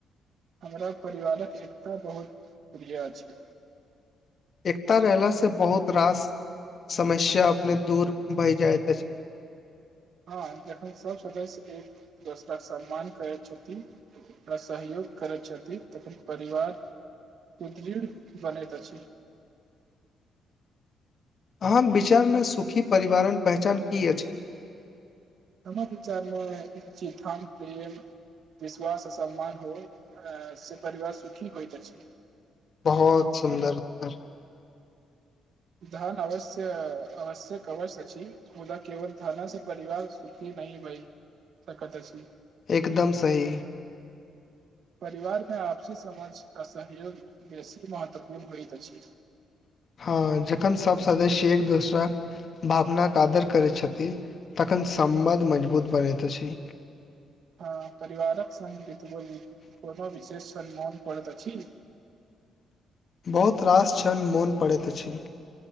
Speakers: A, on the right (about 65°); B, on the left (about 45°).
A: हमरा परिवारक एकता बहुत प्रिय अछि।
B: एकता रहलासँ बहुत रास समस्या अपने दूर भए जाइत अछि।
A: हँ जखन सभ सदस्य एक दोसरा सम्मान करैत छथिन आ सहयोग करैत छथिन तखन परिवार सुदृढ़ बनैत अछि।
B: अहाँ विचारमे सुखी परिवारण पहचान की अछि
A: हमर विचारमे चि धन प्रेम विश्वास आ सम्मान हो से परिवार सुखी होइत अछि।
B: बहुत सुन्दर उत्तर
A: धन अवश्य आवश्यक अवश्य अछि मुदा केवल धन से परिवार सुखी नहि भई सकत अछि।
B: एकदम सही
A: परिवार मे आपसी समझ आ सहयोग बेसी महत्वपूर्ण होइत अछि।
B: हँ जखन सब सदस्य एक दोसरा भावना के आदर करै छथि तखन सम्मध मजबूत बनैत अछि।
A: हँ परिवारक सङ्ग बितबेल कोनो विशेष सम्मान पड़ैत अछि।
B: बहुत रास छन मोन पड़ैत अछि।